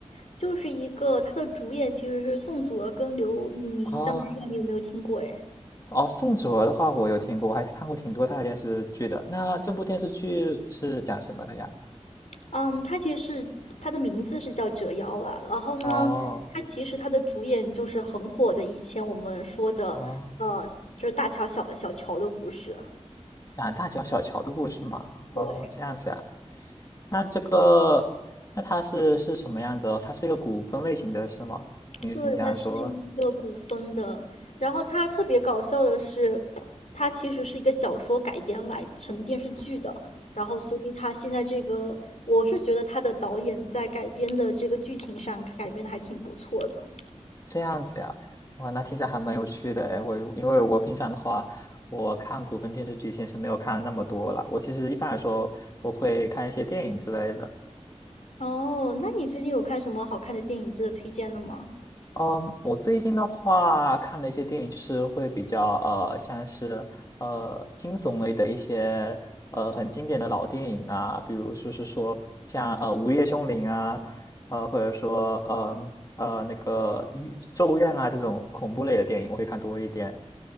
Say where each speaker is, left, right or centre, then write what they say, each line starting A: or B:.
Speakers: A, on the left (about 85°); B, on the left (about 30°).
A: 就是一个它的主演其实是宋祖儿跟刘宇宁，
B: 哦
A: 但我不知道你有没有听过哎，
B: 哦，宋哲的话我有听过，我还看过挺多他的电视剧的。那这部电视剧是讲什么的呀？
A: 嗯，它其实是它的名字是叫《折腰》啦，然后呢，
B: 哦
A: 它其实它的主演就是很火的，以前我们说的呃，
B: 哦，
A: 就是大乔小小乔的故事，
B: 讲大乔小乔的故事吗？哦，
A: 对。
B: 这样子呀。那这个，那它是是什么样子哦？它是一个古风类型的，是吗？你你这样说。
A: 对，它是一个古风的，然后它特别搞笑的是，它其实是一个小说改编来成电视剧的，然后所以它现在这个，我是觉得它的导演在改编的这个剧情上改编的还挺不错的。
B: 这样子呀，哇，那听着还蛮有趣的哎。我因为我平常的话，我看古风电视剧其实没有看那么多啦。我其实一般来说，我会看一些电影之类的。
A: 哦，那你最近有看什么好看的电影值得推荐的吗？
B: 嗯，我最近的话看的一些电影就是会比较呃，像是呃惊悚类的一些呃很经典的老电影啊，比如就是说像呃《午夜凶铃》啊，呃或者说呃呃那个《咒怨》啊这种恐怖类的电影，我会看多一点。